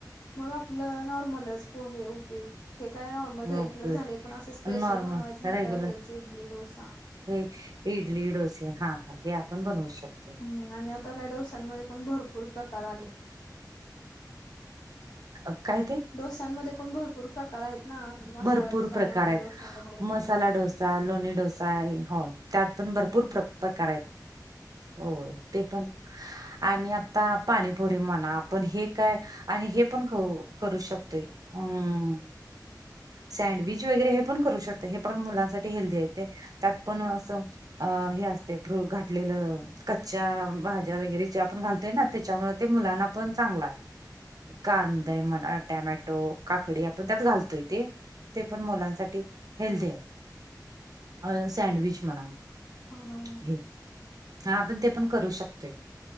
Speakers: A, on the left; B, on the right.
A: मग आपलं नॉर्मलच पोहे, उपीट हे काय नॉर्मल रेग्युलर
B: उपीट
A: झालय. पण असं स्पेशल
B: नॉर्मल
A: बनवायचं म्हटल्यावर
B: रेग्युलर
A: हेचे इडली, डोसा.
B: हे इडली, डोसे हा हा हे आपण बनवू शकतो.
A: हम् आणि आता काय डोशांमध्ये पण भरपूर प्रकार आलेत.
B: अ काय ते?
A: डोस्यांमध्ये पण भरपूर प्रकार आहेत ना मसाला
B: भरपूर
A: डोसा,
B: प्रकार
A: लोणी
B: आहेत.
A: डोसा, वगैरे!
B: मसाला डोसा, लोणी डोसा आहे, होय त्यात पण भरपूर प्र प्रकार आहेत. होय ते पण आणि आता पाणीपुरी म्हणा पण हे काय आणि हे पण खाऊ करू शकतोय हम्म सँडविज वगैरे हे पण करू शकतय हे पण मुलांसाठी हेल्दी आहे येत त्यात पण असं अ हे असतंय प्र घातलेलं. कच्च्या भाज्या वगैरे जे आपण घालतोय ना त्याच्यामुळे ते मुलांना पण चांगल आहे. कांदे म्हणा, टोमॅटो, काकडी, आपण त्यात घालतोय ते. ते पण मुलांसाठी हेल्दी आहे. अ सँडविच म्हणा!
A: हो हो!
B: हे हा आपण ते पण करू शकतोय.